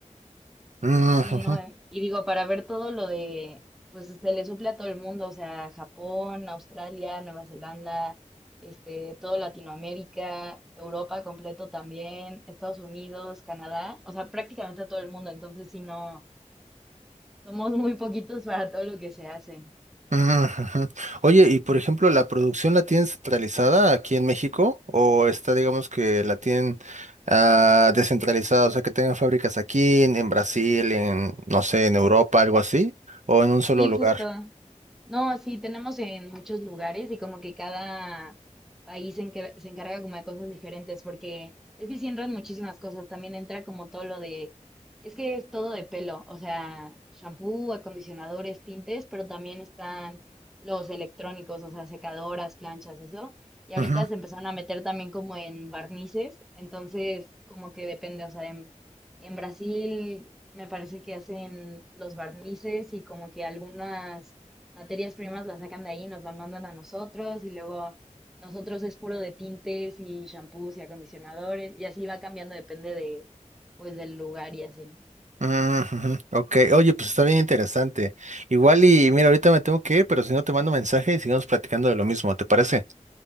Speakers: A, on the right; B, in the centre.
A: ajá,
B: Sí, no, eh, y digo, para ver todo lo de, pues se le suple a todo el mundo, o sea, Japón, Australia, Nueva Zelanda, este, todo Latinoamérica, Europa completo también, Estados Unidos, Canadá, o sea, prácticamente a todo el mundo, entonces sí, no, somos muy poquitos para todo lo que se hace.
A: Ujú. Oye, y por ejemplo, ¿la producción la tienen centralizada aquí en México o está, digamos, que la tienen ah, descentralizada, o sea, que tengan fábricas aquí, en, en Brasil, en, no sé, en Europa, algo así, o en un solo
B: Sí,
A: lugar?
B: justo. No, sí, tenemos en muchos lugares y como que cada país se, encar- se encarga como de cosas diferentes, porque es que sí entran muchísimas cosas, también entra como todo lo de, es que es todo de pelo, o sea, shampoo, acondicionadores, tintes, pero también están los electrónicos, o sea, secadoras, planchas, eso. Y ahorita
A: Ujú,
B: se empezaron a meter también como en barnices, entonces como que depende, o sea, en, en Brasil me parece que hacen los barnices y como que algunas materias primas las sacan de ahí, nos las mandan a nosotros y luego nosotros es puro de tintes y shampoos y acondicionadores y así va cambiando, depende de pues del lugar y así.
A: ujú. ujú. Ok, oye, pues está bien interesante. Igual y mira, ahorita me tengo que ir, pero si no te mando mensaje y sigamos platicando de lo mismo, ¿te parece?